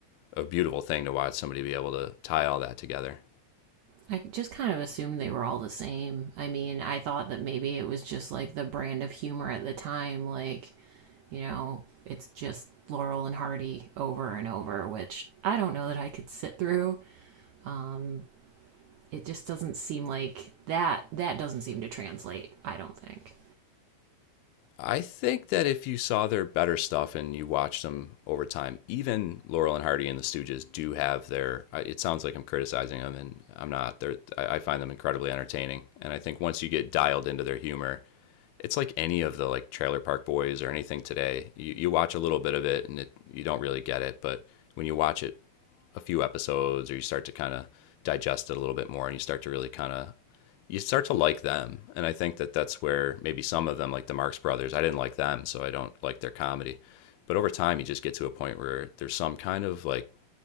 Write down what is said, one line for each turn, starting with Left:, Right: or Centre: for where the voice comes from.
Left: a beautiful thing to watch somebody be able to tie all that together.
Right: I just kind of assumed they were all the same. I mean, I thought that maybe it was just like the brand of humor at the time, like, you know, it's just Laurel and Hardy over and over, which I don't know that I could sit through. Um, it just doesn't seem like that that doesn't seem to translate, I don't think.
Left: I think that if you saw their better stuff and you watched them over time, even Laurel and Hardy and the Stooges do have their. It sounds like I'm criticizing them, and I'm not. They're, I I find them incredibly entertaining, and I think once you get dialed into their humor, it's like any of the like Trailer Park Boys or anything today. You you watch a little bit of it and it, you don't really get it, but when you watch it a few episodes or you start to kind of digest it a little bit more and you start to really kind of you start to like them, and I think that that's where maybe some of them, like the Marx Brothers, I didn't like them, so I don't like their comedy. But over time, you just get to a point where there's some kind of like